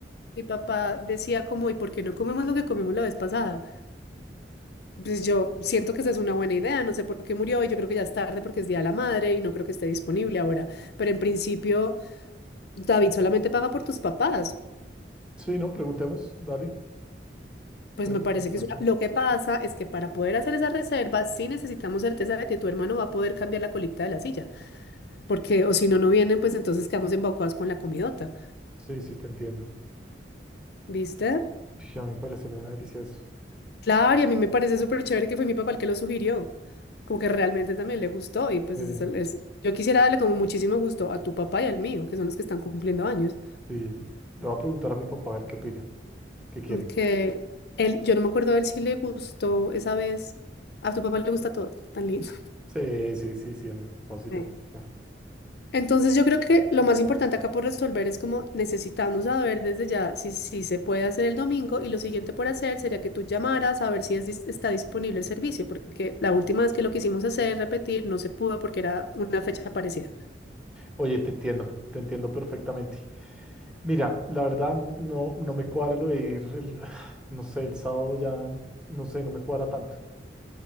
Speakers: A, on the left; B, in the centre.
A: Mi papá decía como, ¿y por qué no comemos lo que comimos la vez pasada? Pues yo siento que esa es una buena idea, no sé por qué murió y yo creo que ya es tarde porque es Día de la Madre y no creo que esté disponible ahora, pero en principio David solamente paga por tus papás.
B: Sí, no, preguntemos, dale,
A: Pues
B: preguntemos
A: me parece que es
B: eso.
A: una... Lo que pasa es que para poder hacer esa reserva sí necesitamos certeza de que tu hermano va a poder cambiar la colita de la silla, porque o si no, no vienen, pues entonces quedamos embaucados con la comidota,
B: Sí, sí, te entiendo.
A: ¿viste?
B: Uy, a mí me parecería una delicia eso.
A: Claro, y a mí me parece súper chévere que fue mi papá el que lo sugirió, como que realmente también le gustó y pues
B: Eh,
A: eso es, yo quisiera darle como muchísimo gusto a tu papá y al mío, que son los que están cumpliendo años,
B: sí, le voy a preguntar a mi papá a ver qué opina, qué quiere.
A: que él, yo no me acuerdo de él si le gustó esa vez, a tu papá le gusta todo, tan lindo.
B: Sí, sí, sí, sí, a mi papá sí le
A: <laughs>
B: gusta.
A: Entonces yo creo que lo más importante acá por resolver es como necesitamos saber desde ya si, si se puede hacer el domingo y lo siguiente por hacer sería que tú llamaras a ver si es dis- está disponible el servicio, porque la última vez que lo quisimos hacer, repetir, no se pudo porque era una fecha parecida.
B: Oye, te entiendo, te entiendo perfectamente. Mira, la verdad no, no me cuadra lo de ir, el- <sighs> no sé, el sábado ya, no sé, no me cuadra tanto.